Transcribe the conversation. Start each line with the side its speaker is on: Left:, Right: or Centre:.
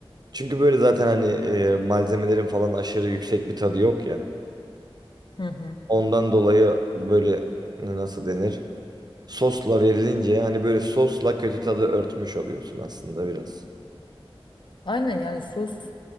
Right: Çünkü böyle zaten hani e, malzemelerin falan aşırı yüksek bir tadı yok ya.
Left: Hı hı.
Right: Ondan dolayı böyle e, nasıl denir? Sosla verilince hani böyle sosla kötü tadı örtmüş oluyorsun aslında biraz.
Left: Aynen yani sos